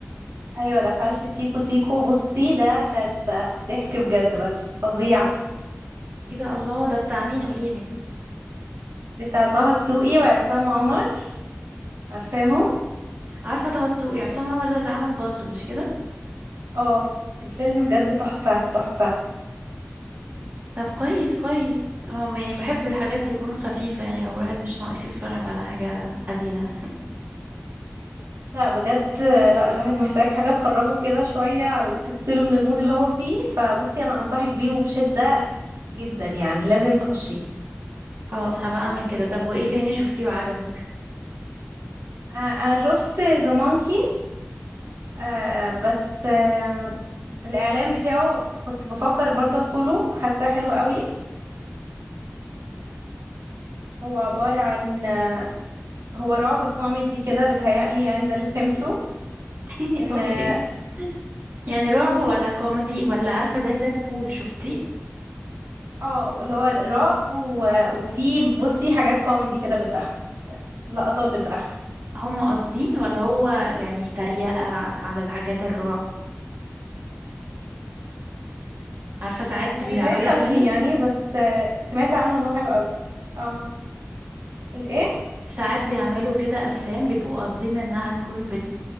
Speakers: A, on the right; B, on the right.
A: ايوه دخلت سيكو سيكو بصي ده كارثه ضحك بجد بس فظيع
B: ايه ده الله ده بتاع مين قوليلي
A: بتاع طه دسوقي وعصام عمر عارفاهم
B: عارفة طه دسوقي عصام عمر ده اللي عمل بالطو مش كده؟
A: اه الفيلم بجد تحفه تحفه
B: طب كويس كويس أم- يعني بحب الحاجات تكون خفيفة يعني لو الواحد مش ناقص يتفرج على حاجة حزينة
A: لا بجد لا الواحد محتاج حاجه تخرجه كده شويه على تفصله من المود اللي هو فيه فبصي انا انصحك بيه وبشده جدا يعني لازم تخشيه
B: خلاص هبقى اعمل كده طب وايه تاني شفتيه وعجبك
A: آه، انا شفت ذا مونكي آه بس آه، الإعلان بتاعه كنت بفكر برضه أدخله حاساه حلو قوي هو عبارة عن هو رعب كوميدي كده بيتهيألي يعني ده اللي فهمته
B: <laughs>
A: إن
B: اوكي
A: اه
B: يعني رعب ولا كوميدي ولا عارفة زي بول شفتيه
A: اه اللي هو رعب و... وفي بصي حاجات كوميدي كده بتضحك يعني لقطات بتضحك
B: هم قاصدين ولا هو يعني تريقة على الحاجات الرعب عارفة ساعات
A: لا
B: بيعملوا
A: بيتهيألي قاصدين
B: فيلم
A: يعني بس آه، سمعت عنه إن هو حلو قوي اه الإيه؟
B: ساعات بيعملوا كده أفلام بيبقوا قاصدين إنها تكون بت